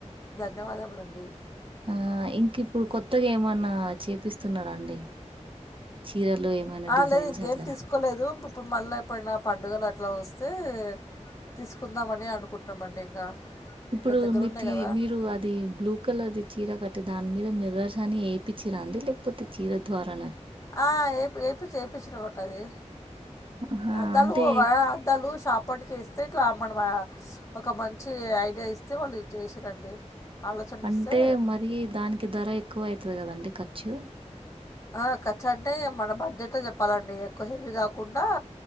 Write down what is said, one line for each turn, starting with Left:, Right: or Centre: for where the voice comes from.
Left: ధన్యవాదములు అండి
Right: ఆ ఇంక ఇప్పుడు కొత్తగా ఏమన్నా చేపిస్తున్నారా అండి చీరలు ఏమైనా
Left: ఆ
Right: డిజైన్స్
Left: లేదు ఇంకేం
Right: అట్లా
Left: తీసుకోలేదు ఇప్పుడు మళ్ళా ఎప్పుడైనా పండుగలు అట్లా వస్తే తీసుకుందామని అనుకుంటున్నామండి ఇంకా
Right: ఇప్పుడు
Left: ఇంకా దగ్గరున్నాయి
Right: మీతి
Left: కదా
Right: మీరు అది బ్లూ కలర్ది చీర క టి దాని మీద మిర్రర్స్ అని ఏపిచ్చి అండి లేకపోతే చీర ద్వారా
Left: ఆ ఏప్ ఏప్ ఎపిచ్చిరు కొట్టది
Right: ఆహా
Left: అద్దాలు
Right: అంటే
Left: అద్దాలు షాప్ ఆళ్ళోకి వేస్ స్తె క్లాప్ అడం మే ఒక మంచి ఐడియా ఇస్తే వాళ్ళు చేసిరండి ఆలోచన
Right: అంటే
Left: ఇస్తే
Right: మరి దానికి ధర ఎక్కువ అయితది కదండి ఖర్చు
Left: ఆ ఖర్చుఅంటే మన బడ్జెట్ లో చెప్పాలండి ఎక్కువ హెవీ కాకుండా